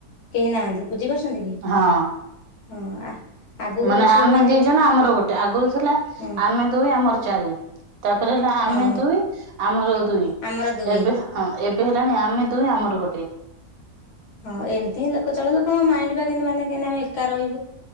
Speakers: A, on the left; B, on the right.
A: କେହି ନାହାନ୍ତି ବୁଝିପାରୁଛନ୍ତି କି
B: ହଁ
A: ହଁ। ଆଗକୁ
B: ମାନେ
A: ପଛକୁ
B: ଆମେ ଦି
A: କି
B: ଜଣ ଆମର ଗୋଟେ ଆଗରୁ ଥିଲା
A: ହଁ
B: ଆମେ ଦୁଇ ଆମର ଚାରି ତାପରେ ହେଲା ଆମେ
A: ହଁ
B: ଦୁଇ ଆମର ଦୁଇ
A: ଆମର ଦୁଇ
B: ଏବେ। ହଁ ଏବେ ହେଲାଣି ଆମେ ଦୁଇ ଆମର ଗୋଟେ।
A: ହଁ ଏମିତି ହିଁ ଲୋକ ଚଳ ଲୋକଙ୍କ ମନ ପା କେମିତି ମାନେ କେମତି ଆମେ ଏକା ରହିବୁ।